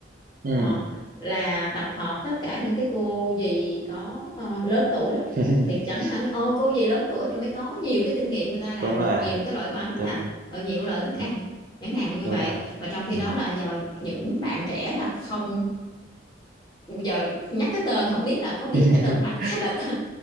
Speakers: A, on the right; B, on the left.
A: ừ
B: Ờ, là tập hợp tất cả những cái cô dì có ờ, lớn tuổi đó.
A: <laughs>
B: Thì chẳng hạn ô cô dì lớn tuổi thì mới có nhiều cái kinh nghiệm người ta làm
A: đúng rồi
B: được nhiều cái loại bánh
A: đúng
B: nè,
A: rồi
B: rồi nhiều loại thức ăn.
A: ừ,
B: Chẳng hạn như
A: đúng
B: vậy.
A: rồi
B: Và trong khi
A: ừ.
B: đó là giờ những bạn trẻ là không giờ nhắc cái tên không biết là có biết
A: <laughs>
B: cái tên bánh hay là tên